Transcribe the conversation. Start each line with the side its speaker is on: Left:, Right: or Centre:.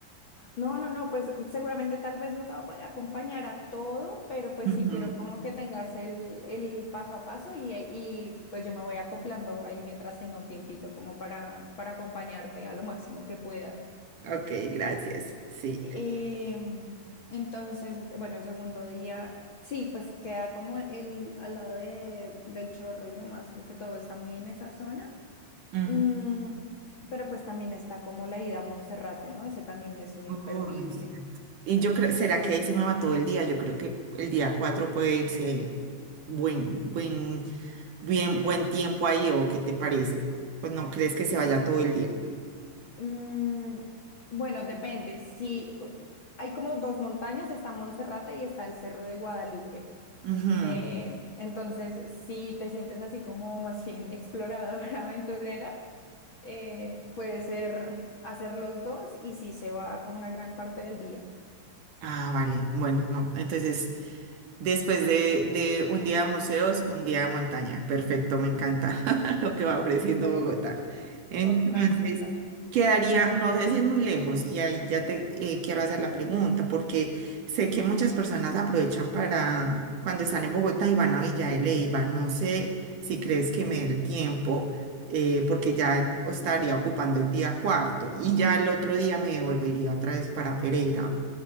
Left: No, no, no, pues seguramente tal vez no te va a poder acompañar a todo, pero pues
Right: Ujú,
Left: sí quiero como que tengas el, el paso a paso y, y pues yo me voy acoplando ahí mientras tenga un tiempito, como para, para acompañarte a lo máximo que pueda.
Right: Ok, gracias. Sí.
Left: Em, entonces, bueno, el segundo día, sí, pues queda como el, al lado de- del chorro y demás, que todo está muy en esa zona.
Right: Ujú.
Left: Mm, pero pues también está como la ida a Monserrate, ¿no? Ese también es un imperdible.
Right: Oh, no es cierto. Y yo creo, ¿será que ahí se me va todo el día? Yo creo que el día 4 puede irse ahí. buen, buen, bien, buen tiempo ahí, ¿o qué te parece? Pues no crees que se vaya todo el día.
Left: Mm, bueno, depende. Sí, hay como dos montañas, está Monserrate y está el Cerro de Guadalupe.
Right: Ujú.
Left: Eh, entonces, si te sientes así como más bien exploradora, <laughs> aventurera, eh, puede ser hacer los dos y sí se va como una gran parte del día.
Right: Ah, vale. Bueno, no. Entonces Después de, de un día de museos, un día de montaña. Perfecto, me encanta <laughs> lo que va ofreciendo Bogotá. Entonces,
Left: Total, total.
Right: quedaría, no sé si es muy lejos, y ahí ya te eh, quiero hacer la pregunta, porque sé que muchas personas aprovechan para cuando están en Bogotá y van a Villa de Leyva. No sé si crees que me dé el tiempo, eh, porque ya estaría ocupando el día cuarto y ya el otro día me devolvería otra vez para Pereira.